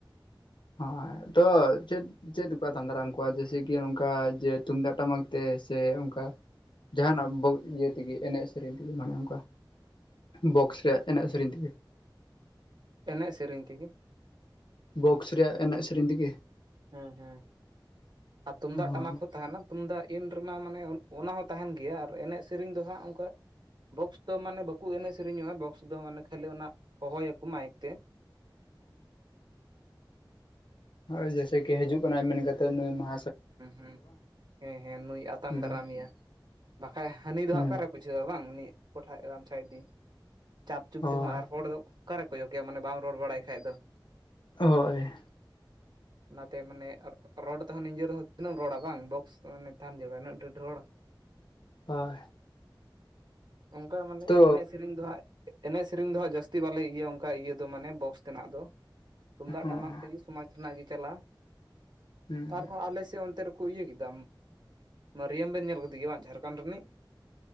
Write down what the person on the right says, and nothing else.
ᱮᱱᱮᱡ ᱥᱮᱨᱮᱧ ᱛᱮᱜᱮ
ᱦᱮᱸ ᱦᱮᱸ ᱟᱨ ᱛᱩᱢᱫᱟᱜ
ᱴᱟᱢᱟᱠ ᱠᱚ ᱛᱟᱦᱮᱱᱟ ᱛᱩᱢᱫᱟᱜ ᱤᱱ ᱨᱮᱢᱟ ᱢᱟᱱᱮ ᱚᱱᱟ ᱦᱚᱸ ᱛᱟᱦᱮᱱ ᱜᱮᱭᱟ ᱟᱨ ᱮᱱᱮᱡ ᱥᱮᱨᱮᱧ ᱫᱚ ᱦᱟᱸᱜ ᱚᱱᱠᱟᱼᱼ ᱵᱚᱠᱥ ᱫᱚ ᱢᱟᱱᱮ ᱵᱟᱠᱚ ᱮᱱᱮᱡ ᱥᱮᱨᱮᱧᱚᱜᱼᱟ ᱵᱚᱠᱥ ᱫᱚ ᱢᱟᱱᱮ ᱠᱷᱟᱹᱞᱤ ᱚᱱᱟ ᱦᱚᱦᱚᱭ ᱟᱠᱚ ᱢᱟᱭᱤᱠ ᱛᱮᱼᱼ
ᱦᱩᱸ ᱦᱩᱸ ᱦᱮᱸ ᱦᱮᱸ ᱱᱩᱭ ᱟᱛᱟᱝ
ᱫᱟᱨᱟᱢᱮᱭᱟ ᱵᱟᱠᱦᱟᱭ ᱦᱟᱹᱱᱤ ᱫᱚ
ᱦᱟᱸᱜ ᱚᱠᱟ ᱨᱮᱼᱼ ᱵᱩᱡᱷᱟᱹᱣᱟ ᱵᱟᱝ ᱩᱱᱤ ᱠᱚᱴᱷᱟᱭ ᱜᱟᱢᱪᱷᱟ ᱤᱫᱤ ᱪᱟᱯ ᱪᱩᱯ
ᱛᱮ ᱦᱚᱸ ᱟᱨ ᱦᱚᱲ ᱫᱚᱼᱼ ᱚᱠᱟ ᱨᱮ ᱠᱚᱭᱚᱜ ᱜᱮᱭᱟ ᱢᱟᱱᱮ ᱵᱟᱢ ᱨᱚᱲ ᱵᱟᱲᱟᱭ ᱠᱷᱟᱡ ᱫᱚ
ᱚᱱᱟ ᱛᱮ ᱢᱟᱱᱮ ᱨᱳᱰ ᱛᱚ ᱱᱤᱧᱡᱮ ᱨᱮᱦᱚᱸ ᱛᱤᱱᱟᱹᱜ ᱮᱢ ᱨᱚᱲᱟ ᱵᱟᱝ ᱵᱚᱠᱥ <unintelligible> ᱛᱟᱦᱮᱱ ᱡᱟᱹᱨᱩᱲᱟ ᱩᱱᱟᱹᱜ ᱰᱦᱮᱨ ᱰᱦᱮᱨ ᱦᱚᱲ
ᱚᱱᱠᱟ ᱢᱟᱱᱮ
ᱮᱱᱮᱡ ᱥᱮᱨᱮᱧ <unintelligible> ᱫᱚ ᱦᱟᱸᱜ ᱮᱱᱮᱡ ᱥᱮᱨᱮᱧ ᱫᱚ ᱦᱟᱸᱜ ᱡᱟᱹᱥᱛᱤ ᱵᱟᱞᱮ ᱤᱭᱟᱹ ᱚᱱᱠᱟ ᱤᱭᱟᱹ ᱫᱚ ᱢᱟᱱᱮ ᱵᱚᱠᱥ ᱛᱮᱱᱟᱜ ᱫᱚᱼᱼ ᱛᱩᱢᱫᱟᱜ
ᱴᱟᱢᱟᱠ ᱛᱮᱜᱮ ᱥᱚᱢᱟᱡᱽ ᱨᱮᱱᱟᱜ ᱜᱮ ᱪᱟᱞᱟᱜᱼᱟ
ᱟᱨ ᱦᱚᱸ ᱟᱞᱮᱼᱼ ᱞᱮ ᱚᱱᱛᱮ ᱨᱮᱠᱚ ᱤᱭᱟᱹ ᱠᱮᱫᱟᱢ ᱢᱟᱨᱤᱭᱟᱢ ᱵᱮᱱ ᱧᱮᱞ ᱠᱮᱫᱮ ᱜᱮᱭᱟ ᱵᱟᱝ ᱡᱷᱟᱲᱠᱷᱚᱸᱰ ᱨᱤᱱᱤᱡ᱾